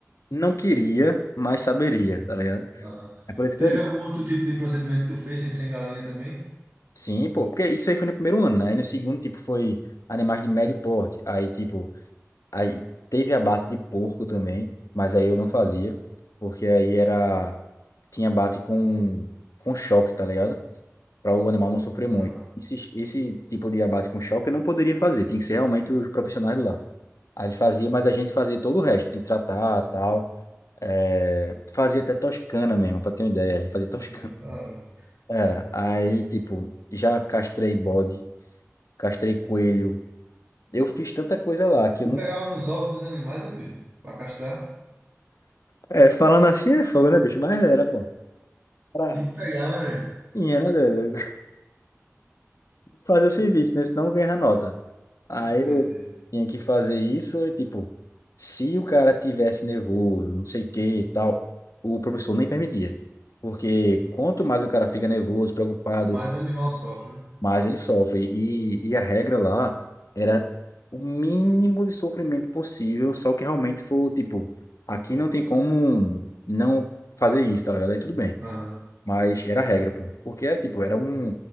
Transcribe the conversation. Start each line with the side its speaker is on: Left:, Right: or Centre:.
Left: Não queria, mas saberia, tá ligado?
Right: Aham.
Left: É por isso
Right: Teve
Left: que eu digo.
Right: algum outro tipo de procedimento que tu fez sem ser galinha também?
Left: Sim, pô, porque isso aí foi no primeiro ano, né? Aí no segundo, tipo, foi animais de médio porte. Aí, tipo. Aí, teve abate de porco também, mas aí eu não fazia, porque aí era tinha abate com, com choque, tá ligado? Para o animal não sofrer muito.
Right: Aham.
Left: Esse, esse tipo de abate com choque eu não poderia fazer, tem que ser realmente os profissionais lá. Aí ele fazia, mas a gente fazia todo o resto, de tratar, tal. É, fazia até toscana mesmo, para ter uma ideia, a gente fazia toscana.
Right: Meu cara.
Left: Era, aí, tipo, já castrei bode, castrei coelho. Eu fiz tanta coisa lá que eu
Right: Tu
Left: não.
Right: pegava nos ovos dos animais, é, bicho? Pra castrar?
Left: É, falando assim é fogo, né, bicho? Mas era, pô. prainha,
Right: Tem que pegar, né, velho?
Left: né, doido? <laughs> Fazer o serviço, né? Senão ganha nota. Aí
Right: Entendi.
Left: eu tinha que fazer isso, e, tipo, se o cara tivesse nervoso, não sei o que e tal, o professor nem permitia. Porque quanto mais o cara fica nervoso, preocupado,
Right: Mas o animal sofre, né?
Left: mais ele sofre. E, e a regra lá era o mínimo de sofrimento possível, só que realmente for, tipo, aqui não tem como não fazer isso, tá ligado? Aí tudo bem.
Right: Aham,
Left: Mas era regra, pô. Porque era, tipo, era um,